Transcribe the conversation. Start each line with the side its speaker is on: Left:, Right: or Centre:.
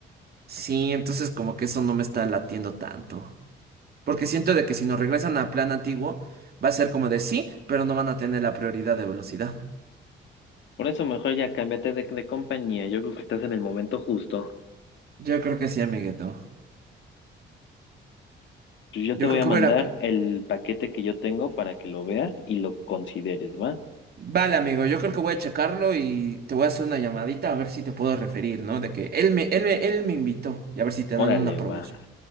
Right: Sí, entonces como que eso no me está latiendo tanto, porque siento de que si nos regresan a plan antiguo, va a ser como de sí, pero no van a tener la prioridad de velocidad.
Left: Por eso mejor ya cámbiate de, de compañía. Yo creo que estás en el momento justo.
Right: Yo creo que sí, amiguito.
Left: Pues Yo
Right: Yo
Left: te
Right: creo
Left: voy a
Right: que
Left: mandar
Right: voy a ir a...
Left: el paquete que yo tengo para que lo veas y lo consideres, ¿va?
Right: Vale, amigo, yo creo que voy a checarlo y te voy a hacer una llamadita a ver si te puedo referir, ¿no? De que él me, él me, él me invitó y a ver si te
Left: Órale,
Right: dan una promoción.
Left: va.